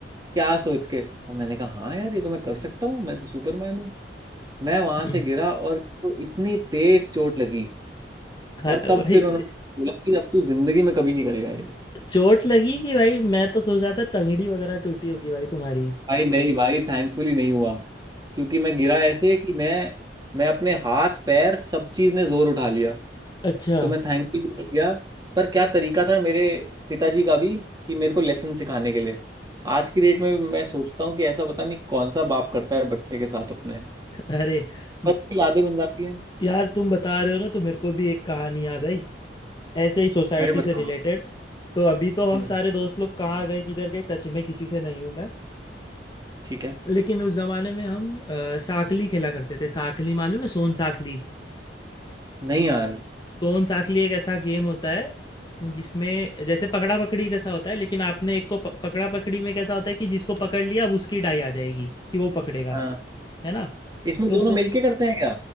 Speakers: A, on the right; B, on the left.
A: क्या सोच के और मैंने कहा हाँ यार ये तो मैं कर सकता हूँ मैं तो सुपरमैन हूँ मैं वहां से
B: हम्म
A: गिरा और वो इतनी तेज चोट लगी
B: खा
A: और
B: भाई
A: तब फिर उन्होंने बोला कि अब तू जिंदगी में कभी नहीं करेगा ये
B: चोट लगी कि भाई मैं तो सोच रहा था टंगड़ी वगैरह टूटी होगी भाई तुम्हारी
A: भाई नहीं भाई थैंकफुली नहीं हुआ क्योंकि मैं गिरा ऐसे कि मैं मैं अपने हाथ पैर सब चीज ने जोर उठा लिया
B: अच्छा
A: तो मैं थैंकफुली बच गया पर क्या तरीका था मेरे पिताजी का भी कि मेरे को लेसन सिखाने के लिए आज की डेट में मैं सोचता हूँ कि ऐसा पता नहीं कौन सा बाप करता है बच्चे के साथ अपने
B: अरे
A: पर
B: न-
A: भी यादें बन जाती हैं
B: यार तुम बता रहे हो ना तो मेरे को भी एक कहानी याद आई ऐसे ही सोसाइटी
A: अरे बताओ
B: से रिलेटेड तो अभी तो
A: हम्म
B: हम सारे दोस्त लोग कहाँ गए किधर गए टच में किसी से नहीं हूँ मैं
A: ठीक है
B: लेकिन उस जमाने में हम अ, साकली खेला करते थे साकली मालूम है सोन साखली
A: नहीं यार
B: सोन साखली एक ऐसा गेम होता है जिसमें जैसे पकड़ा पकड़ी जैसा होता है लेकिन आपने एक को प, पकड़ा पकड़ी में कैसा होता है कि जिसको पकड़ लिया अब उसकी डाई आ जाएगी कि वो पकड़ेगा
A: हाँ
B: है ना
A: इसमें
B: तो
A: दोनों
B: सो
A: मिलके करते हैं क्या